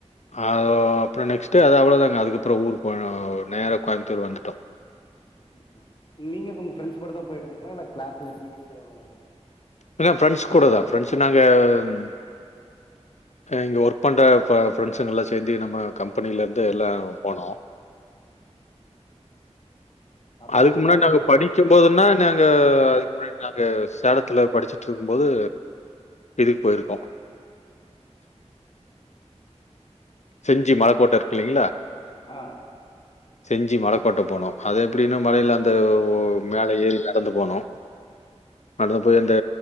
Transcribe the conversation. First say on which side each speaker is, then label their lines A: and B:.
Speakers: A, on the left; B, on the left.
A: அதோ அப்புறோ நெக்ஸ்ட்டு அது அவ்ளோதாங்க அதுக்கப்புறோ ஊர் போனோ நேர கோயமுத்தூர் வந்துட்டோ
B: ம் ம் நீங்க உங்க ஃப்ரண்ட்ஸ் கூடாதா போயிட்டு வந்தீங்களா இல்ல கிளாஸ்ல டீச்சர்ஸ் அந்த மாரியா
A: இல்ல ஃப்ரெண்ட்ஸ் கூட தா ஃப்ரெண்ட்ஸ் நாங்க ம் அ இங்க ஒர்க் பண்ற ப ஃப்ரெண்ட்ஸ்ங்கல்லா சேர்ந்து நம்ம கம்பெனில இருந்து எல்லா போனோ
B: அப்போனா
A: அதுக்கு
B: நல்லா
A: முன்னாடி
B: இருக்கும்
A: நாங் படிக் படிக் போதுன்னா நாங்க அதுக்கு முன்னாடி நாங்க சேலத்துல படிச்சுட்டு இருக்கும் போது இதுக் போயிருக்கோ செஞ்சி மலக்கோட்ட இருக்கில்லிங்ளா
B: அ
A: செஞ்சி மலக்கோட்ட போனோ அது எப்படின்னா மலையில அந்த ஓ மேல ஏறி நடந்துப் போனோ நடந்து போய் அந்த